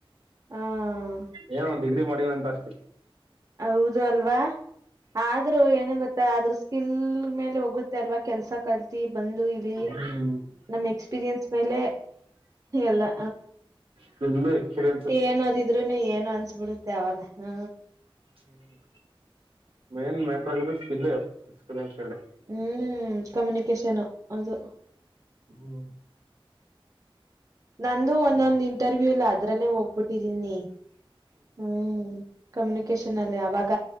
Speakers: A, on the right; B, on the right.
A: ಹ್ಮ
B: ಏನ ಒಂದ ಡಿಗ್ರಿ. ಮಾಡೆವ ಅಂತ ಅಷ್ಟೆ.
A: ಹೌದು ಅಲ್ವಾ. ಆದ್ರೂ ಏನ ಗೊತ್ತಾ ಆದ್ರೂ ಸ್ಕಿಲ್ ಮೇಲೆ ಹೋಗುತ್ತೆ ಅಲ್ವಾ ಕೆಲ್ಸ ಕಲ್ತಿ ಬಂದು ಇಲ್ಲಿ.
B: ಹ್ಮ್
A: ನಮ್ ಎಕ್ಸ್ಪೀರಿಯೆನ್ಸ್ ಮೇಲೆ ಎಲ್ಲಾ.
B: ಸ್ಕಿಲ್ಲು ಎಕ್ಸ್ಪೀರಿಯನ್ಸ್
A: ಏನದಿದ್ರುನು ಏನು ಅನ್ಸ್ಬಿಡುತ್ತೆ ಅವಾಗ ಹ್ಮ.
B: ಹ್ಮ್ಮ್ ಮೇನ್ ಮ್ಯಾಟರ್ ಆಗೋದು ಸ್ಕಿಲ್ ಎಕ್ಸ್ಪೀರಿಯನ್ಸ್ ಎರಡೇ.
A: ಹ್ಮ್ ಕಮ್ಯುನಿಕೇಶನ್ ಅದು.
B: ಹ್ಮ್
A: ನಂದು
B: ಹ್ಮ್
A: ಒಂದೊಂದು ಇಂಟರ್ವ್ಯೂ ಇಲ್ಲ ಅದ್ರಲ್ಲೇ ಹೋಗ್ಬಿಟ್ಟಿದ್ದೀನಿ. ಹ್ಮ್ ಕಮ್ಯುನಿಕೇಶ. <unintelligible> ಅವಾಗ